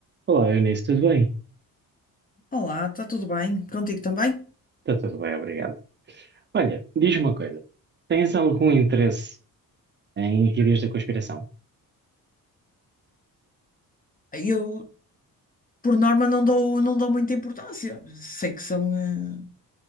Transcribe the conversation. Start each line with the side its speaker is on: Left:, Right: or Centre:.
Right: Olá, Eunice, tudo bem?
Left: Olá, está tudo bem? Contigo também?
Right: Está tudo bem, obrigado. Olha, diz-me uma coisa. Tens algum interesse em teorias da conspiração?
Left: Eu, por norma, não dou, não dou muita importância. Sei que são eh,